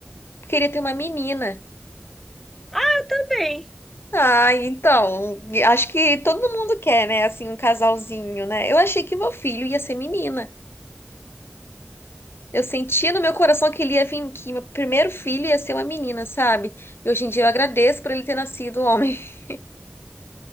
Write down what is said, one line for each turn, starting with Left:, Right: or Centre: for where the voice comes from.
Left: Eu Queria ter uma menina.
Centre: Ah, eu também.
Left: Ah, então, acho que todo mundo quer, né? Assim, um casalzinho, né? Eu achei que meu filho ia ser menina. Eu sentia no meu coração que ele ia vir, que meu primeiro filho ia ser uma menina, sabe? E hoje em dia eu agradeço por ele ter nascido um homem. <laughs>